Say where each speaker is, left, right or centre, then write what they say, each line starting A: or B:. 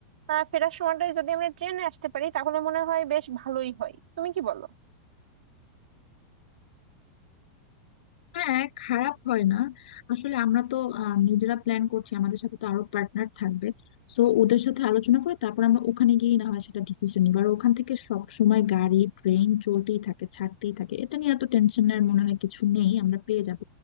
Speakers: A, on the right; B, on the left.
A: আহ, ফেরার সময়টা যদি আমরা ট্রেনে আসতে পারি তাহলে মনে হয় বেশ ভালোই হয় তুমি কি বলো
B: হ্যাঁ খারাপ হয় না আসলে আমরা তো আহ, নিজেরা প্ল্যান করছি আমাদের সাথে তো আরো পার্টনার থাকবে সো ওদের সাথে আলোচনা করে তারপর আমরা ওখানে গিয়ে না হয় সেটা ডিসিশন নিব আর ওখান থেকে সব সময় গাড়ি ট্রেন চলতেই থাকে ছাড়তেই থাকে এটা নিয়ে এত টেনশনের মনে হয় কিছু নেই আমরা পেয়ে যাব